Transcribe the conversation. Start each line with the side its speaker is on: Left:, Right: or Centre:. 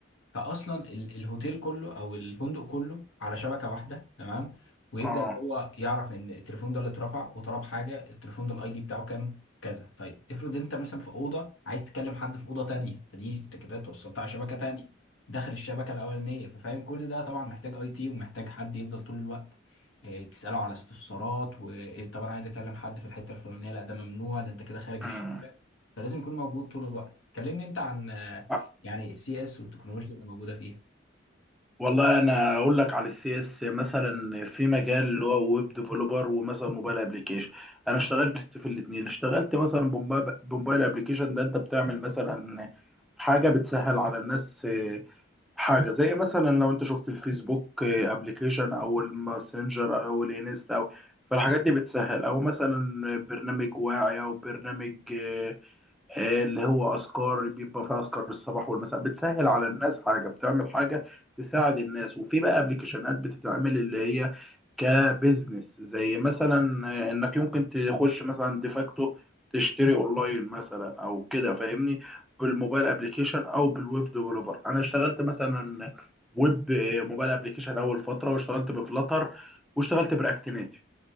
Left: فاصلا ال- الهوتيل كله او الفندق كله على شبكه واحده تمام ويبدا
Centre: اه
Left: ان هو يعرف ان التليفون ده اللي اترفع وطلب حاجه التليفون ده الاي دي بتاعه كام كذا طيب افرض انت مثلا في اوضه عايز تكلم حد في اوضه تانية فدي انت كده توصلت على شبكه تانية داخل الشبكه الاولانيه ففاهم كل ده طبعا محتاج اي تي ومحتاج حد يفضل طول الوقت آه، تساله على استفسارات وطب انا عايز اكلم حد في الحته الفلانيه لا ده ممنوع ده انت كده خارج الشبكه
Centre: مم.
Left: فلازم يكون موجود طول الوقت كلمني انت عن آه،
Centre: آه.
Left: يعني السي اس والتكنولوجيا اللي موجوده فيها
Centre: والله انا اقول لك على السي اس مثلا في مجال اللي هو ويب ديفلوبر ومثلا موبايل ابلكيشن انا اشتغلت في الاثنين اشتغلت مثلا بموبا- بموبايل ابلكيشن ده انت بتعمل مثلا حاجه بتسهل على الناس آه، حاجه زي مثلا لو انت شفت الفيسبوك ابلكيشن او الماسنجر او الانستا او فالحاجات دي بتسهل او مثلا برنامج واعي او برنامج آه، آه، اللي هو أذكار بيبقى فيها أذكار الصباح والمساء بتسهل على الناس حاجة بتعمل حاجة تساعد الناس وفي بقى ابلكيشنات بتتعمل اللي هي كبزنس زي مثلا آه، انك يمكن تخش مثلا ديفاكتو تشتري اونلاين مثلا او كده فاهمني بالموبايل ابلكيشن او بالويب ديفلوبر انا اشتغلت مثلا ويب آه، موبايل ابلكيشن اول فتره واشتغلت بفلاتر واشتغلت براكت نيتف